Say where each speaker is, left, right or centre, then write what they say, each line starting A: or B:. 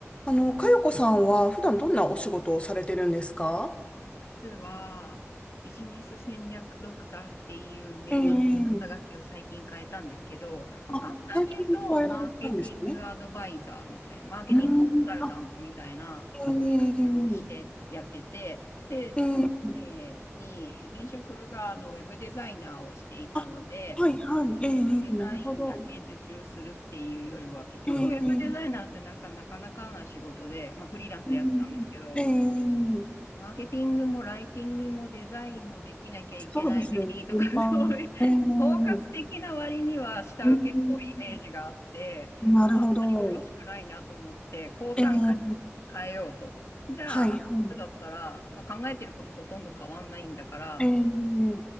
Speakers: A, on the left; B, on the left.
A: あの、かよこさんは普段どんなお仕事をされてるんですか
B: 実は、ビジネス戦略ドクターっていう名称に肩書きを最近変えたんですけど、
A: ええ、
B: まあ、
A: あ、
B: 簡単に言うと、
A: 最近変えられたんですね。
B: マーケティングアドバイザーみたいな、マーケティングコンサルタントみたいな
A: うん、あ、ええ
B: 話をしてやってて、で、ちょっと前に、
A: ええ
B: 前職があのウェブデザイナーをしていたので、
A: あ、はいはい、
B: ウェブデザインだけ受注するっていうよりは、
A: ええええなるほど。
B: 結局ウェブデザイナーってなんかなかなかな仕事で、
A: ええ
B: まあ、フリーランスでやってたんですけど、
A: うんええ
B: マーケティングもライティングもデザインもできなきゃいけない上にとか、
A: そうですよね、全般。
B: <laughs> そういう、
A: ええ
B: 包括的な割には下請けっぽいイメージがあって、
A: うん、なるほど。
B: なんかあんまりよろしくないなと思って、高単価に変えようと。
A: ええ
B: じゃあ、
A: はいはい。
B: だったら、まあ、考えてることほとんど変わんないんだから、
A: ええ